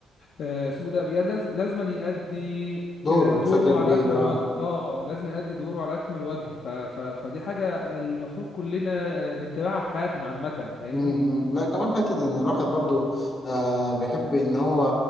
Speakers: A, on the left; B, on the left.
A: آه، اسمه ده بي- لازم لازم يأدي
B: دوره
A: آه، دوره
B: بشكل
A: على
B: كبير
A: أكمل
B: اه
A: وجه اه لازم يأدي دوره على أكمل وجه ف ف فدي حاجة المفروض كلنا آه، نتبعها في حياتنا عامة فاهمني
B: مم. لا كمان حتة إن الواحد برضو آه بيحب إن هو